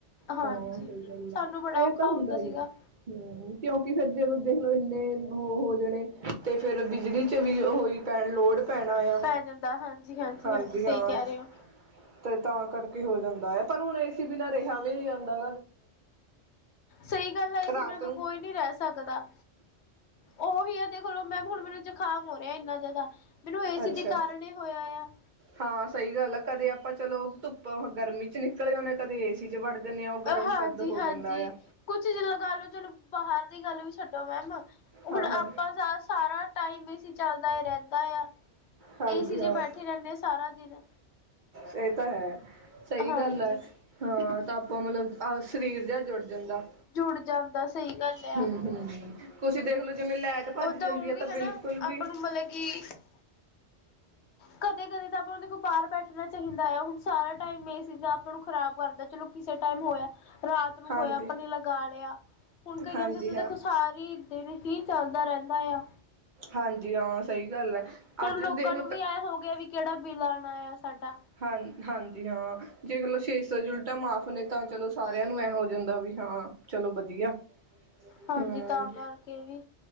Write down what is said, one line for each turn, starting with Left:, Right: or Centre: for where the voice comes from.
Left: ਹਾਂਜੀ
Right: ਤਾਂ ਸਹੀ ਗੱਲ
Left: ਸਾਨੂੰ
Right: ਆ,
Left: ਬੜਾ
Right: ਇਹ
Left: ਔਖਾ
Right: ਤਾਂ ਹੁੰਦਾ ਹੀ
Left: ਸੀਗਾ
Right: ਆ, ਹਮ। ਕਿਉਂਕਿ ਫਿਰ ਜਦੋਂ ਦੇਖ ਲਓ ਇੰਨੇ ਹੋ ਹੋ ਜਾਣੇ, ਤੇ ਫਿਰ ਬਿਜਲੀ 'ਚੱ ਵੀ ਹੋਈ ਪੈਣ ਲੋੜ ਪੈਣਾ ਆ,
Left: ਪੈ ਜਾਂਦਾ ਹਾਂਜੀ
Right: ਹਾਂਜੀ
Left: ਸਹੀ
Right: ਹਾਂ।
Left: ਕਹਿ ਰਹੇ ਹੋ
Right: ਤੇ ਤਾਂ ਕਰਕੇ ਹੋ ਜਾਂਦਾ ਹੈ, ਪਰ ਹੁਣ ਏ ਸੀ ਬਿਨਾਂ ਰਿਹਾ ਵੀ ਨਹੀਂ ਜਾਂਦਾਂ।
Left: ਸਹੀ ਗੱਲ ਆਈ, ਏ ਸੀ
Right: ਰਾਤ
Left: ਬਿਨਾਂ ਤਾਂ
Right: ਨੂੰ
Left: ਕੋਈ ਨਹੀਂ ਰਹਿ ਸਕਦਾ। ਉਹੀ ਹੈ ਦੇਖਲੋ ਮੈਮ, ਹੁਣ ਮੈਨੂੰ ਜ਼ੁਖਾਮ ਹੋ ਰਿਹਾ ਇਹਨਾ ਜ਼ਿਆਦਾ ਮੈਨੂੰ, ਏ ਸੀ
Right: ਅੱਛਾ
Left: ਦੇ ਕਾਰਨ ਹੋਇਆ ਆ।
Right: ਹਾਂ ਸਹੀ ਗੱਲ ਆ, ਕਦੇ ਆਪਾਂ ਚਲੋ ਧੁੱਪ ਗਰਮੀਂ 'ਚੱ ਨਿਕਲੇ, ਕਦੇ ਏ ਸੀ ਵੜ ਜਾਂਦੇ ਆ, ਉਹ ਗਰਮ
Left: ਹਾਂਜੀ
Right: ਸਰਦ ਹੋ
Left: ਹਾਂਜੀ,
Right: ਜਾਂਦਾ ਆ
Left: ਕੁੱਛ ਲਗਾ ਲਓ, ਚਲੋ ਬਾਹਰ ਦੀ ਗੱਲ ਵੀ ਛੱਡੋ ਮੈਮ ਹੁਣ
Right: ਹਾਂ ਹਾਂ
Left: ਆਪਾਂ ਸਾਰਾ ਟਾਈਮ ਏ ਸੀ ਚੱਲਦਾ ਰਹਿੰਦਾ ਆ,
Right: ਹਾਂਜੀ
Left: ਏ ਸੀ ਜੇ
Right: ਹਾਂ
Left: ਬੈਠੇ ਰਹਿੰਦੇ ਆ ਸਾਰਾ ਦਿਨ
Right: ਇਹ ਤਾਂ ਹੈ, ਸਹੀ
Left: ਹਾਂਜੀ
Right: ਗੱਲ ਹੈ, ਹਾਂ ਤਾਂ ਆਪਾਂ ਮਤਲੱਬ ਆਹ ਸਰੀਰ ਜਿਹਾ ਜੁੜ ਜਾਂਦਾ,
Left: ਜੁੜ ਜਾਂਦਾ ਸਹੀ ਗੱਲ ਆ
Right: ਹਮ ਹਮ। ਤੁਸੀਂ ਦੇਖਲੋ ਜਿਵੇਂ ਲਾਈਟ ਭੱਜ
Left: ਓਦਾਂ
Right: ਜਾਂਦੀ
Left: ਉਹ
Right: ਹੈ,
Left: ਵੀ
Right: ਤਾਂ ਬਿਲਕੁੱਲ
Left: ਹਨਾ
Right: ਵੀ
Left: ਆਪਾਂ <unintelligible> ਕਦੇ ਕਦੇ ਤਾਂ ਆਪਾਂ ਉਹ ਦੇਖੋ, ਬਾਹਰ ਬੈਠਣਾ ਚਾਹੀਦਾ ਆ। ਹੁਣ ਸਾਰਾ ਟਾਈਮ, ਇਹ ਚੀਜ਼ਾਂ ਆਪਾਂ ਨੂੰ ਖ਼ਰਾਬ ਕਰਦਾ। ਚਲੋ ਕਿਸੇ ਟਾਈਮ ਹੋਇਆ, ਰਾਤ ਨੂੰ
Right: ਹਾਂਜੀ
Left: ਹੋਇਆ ਆਪਣੇ ਲਗਾ ਲਿਆ। ਹੁਣ ਕਈਆਂ
Right: ਹਾਂਜੀ ਹਾਂ
Left: ਸਾਰੇ ਦਿਨ ਹੀ, ਚੱਲਦਾ ਰਹਿੰਦਾ ਆ।
Right: ਹਾਂਜੀ ਹਾਂ, ਸਹੀ ਗੱਲ ਹੈ।
Left: ਹੁਣ
Right: ਅੱਜ
Left: ਲੋਕਾਂ
Right: ਦੇਖਲੋ
Left: ਨੂੰ ਵੀ ਐਂ ਹੋ ਗਿਆ, ਵੀ ਕਿਹੜਾ ਬਿੱਲ ਆਉਣਾ ਆ ਸਾਡਾ
Right: ਹਾਂ ਹਾਂਜੀ ਹਾਂ, ਦੇਖ ਲੋ ਛੇ ਸੌ ਉਨੀਟਾਂ ਉਲਟਾ ਮਾਫ਼ ਆਪਣੇ ਤਾਂ ਚਲੋ ਸਾਰਿਆਂ ਨੂੰ ਐ ਹੋ ਜਾਂਦਾ, ਵੀ ਹਾਂ ਚਲੋ ਵਧੀਆ
Left: ਹਾਂਜੀ,
Right: ਹੂੰ
Left: ਤਾਂ ਕਰਕੇ ਵੀ